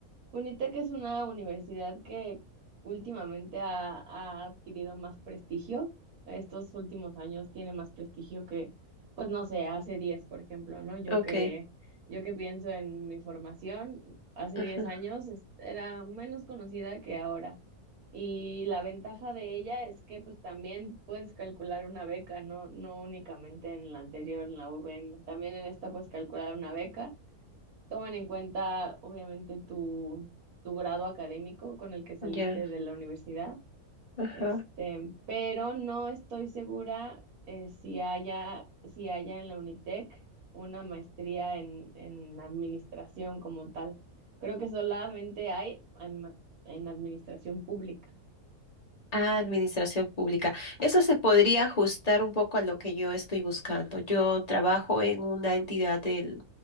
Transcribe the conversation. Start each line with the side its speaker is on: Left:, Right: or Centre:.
Right: UNITEC es una universidad que últimamente ha, ha adquirido más prestigio. Estos últimos años tiene más prestigio que, pues no sé, hace 10 por ejemplo, ¿no? Yo
Left: Ok,
Right: que, yo que pienso en mi formación, hace
Left: ajá,
Right: 10 años es- era menos conocida que ahora. Y la ventaja de ella es que pues también puedes calcular una beca, no, no únicamente en la anterior, en la UVM, también en esta puedes calcular una beca Toman en cuenta, obviamente, tu, tu grado académico con el que saliste
Left: ya,
Right: de la universidad,
Left: ajá.
Right: este, pero no estoy segura eh, si haya, si haya en la Unitec una maestría en, en administración como tal. Creo que solamente hay en, en administración pública.
Left: Administración pública. Eso se podría ajustar un poco a lo que yo estoy buscando. Yo trabajo en una entidad del,